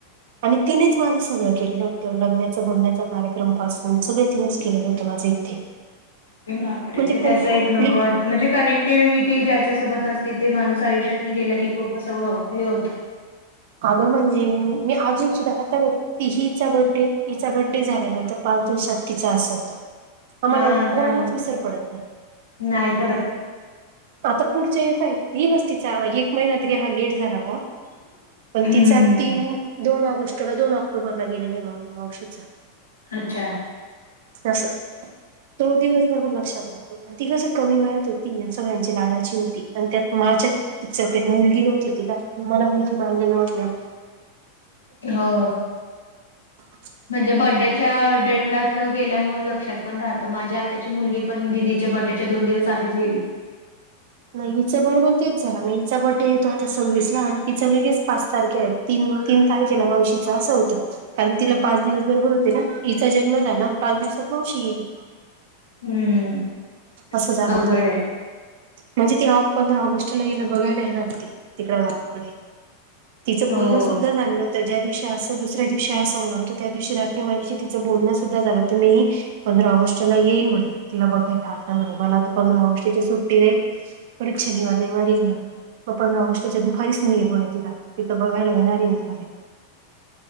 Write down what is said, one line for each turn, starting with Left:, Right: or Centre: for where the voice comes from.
Right: आणि तिनेच माझं सगळं केलं होतं लग्नाचं बघण्याचा कार्यक्रम पासून सगळ तिनेच केलेलं होतं माझं इथे.
Left: बापरे
Right: म्हणजे
Left: ते
Right: कम्प्लीट
Left: त्याच एक नक वाट म्हणजे कनेक्टिव्हटी ज्याच्यासोबत असती ते माणूस आयुष्यातनं गेला की खूप असं हे होतं.
Right: अगं म्हणजे मी अजून सुद्धा हात तीहीचा बड्डे हिचा बड्डे झाल्यानंतर पाच दिवसात तिचा अस होत. आम्हाला
Left: हां,
Right: कोणालाच
Left: त्यामुळं
Right: विसर पडत नाही.
Left: नाही पडत.
Right: आता पुढच्या पा येईलच तिचा एक महिना तरी हा लेट झाला ग.
Left: <inaudible>
Right: पण
Left: हम्म.
Right: तिचा तीन दोन ऑगस्टला दोन ऑक्टोबरला गेलेला आहे नवरा मावशीचा.
Left: अच्छा
Right: तस तो दिवस बरोबर लक्षात राहतो. ती कसं कमी वयात होती सगळ्यांची लाडाची होती आणि त्यात माझ्या तिच्या कड मुलगी नव्हती तिला मला मुलगी मानलेलं असल्यामुळे
Left: हो.
Right: <unintelligible>
Left: म्हणजे बड्डेच्या डेटलाच गेल्यामुळे लक्षात पण राहतं माझ्या आत्याची मुलगी पण दिदी च्या बड्डे च्या दोन दिवस आधीच गेली.
Right: नाही हिचं बरोबर तेच झालं नाही हिचा बड्डे येतो आता सव्वीसला आणि तिचा लगेच पाच तारखे आहे. तीन तीन तारखेला मावशीचा असं होतं. कारण तिला पाच दिवस बरोबर होते ना हिचा जन्म झाला आणि पाच दिवसात मावशी गेली.
Left: हम्म.
Right: असं झालं
Left: अवघड
Right: होतं.
Left: आहे.
Right: म्हणजे ती पंधरा ऑगस्टला हिला बघायला येणार ती तिकडं गावाकडे. तिचं बोलनं
Left: हो.
Right: सुद्धा झालं. ज्या दिवशी असं दुसऱ्या दिवशी असं होणार होत त्या दिवशी रात्री माझ्याशी तिचं बोलणं सुद्धा झालं होत मीही पंधरा ऑगस्ट ला येईल म्हणे तिला बघायला आता म्हणे मला तर पंधरा ऑगस्ट ची सुट्टी राहील. परत शनिवार रविवार येईल म्हणे. मग पंधरा ऑगस्टच्या दुपारीच नाही येईल म्हणे तिला तिथं बघायला येणार आहे मी म्हणे.